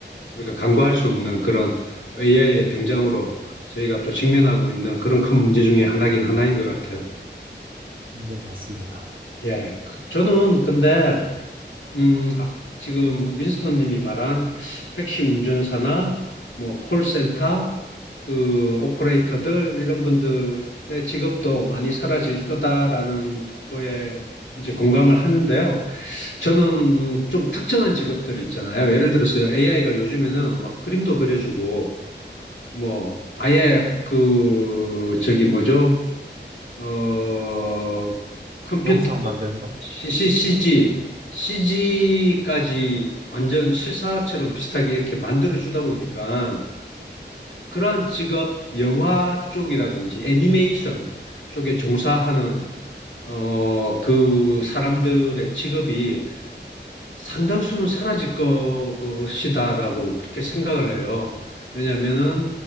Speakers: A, on the left (about 85°); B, on the right (about 50°).
A: 우리가 간과할 수 없는 그런 AI의 등장으로 저희가 또 직면하고 있는 그런 큰 문제 중에 하나긴 하나인 것 같아요.
B: 네, 맞습니다.
A: 예. 그- 저는 근데 음, 아, 지금 뭐 윈스턴 님이 말한 택시 운전사나 뭐 콜센터 그 오퍼레이터들 이런 분들의 직업도 많이 사라질 거다라는 거에 이제 공감을 하는데요. 저는 음, 좀 특정한 직업들 있잖아요. 예를 들어서 AI가 요즘에는 막 그림도 그려주고 뭐 아예 그 저기 뭐죠? 어 컴퓨터
B: 영상 만드는 거?
A: c g CG까지 완전 실사처럼 비슷하게 이렇게 만들어주다 보니까 그러한 직업, 영화 쪽이라든지 애니메이션 쪽에 종사하는 어, 그 사람들의 직업이 상당수는 사라질 것이다라고 그렇게 생각을 해요. 왜냐면은,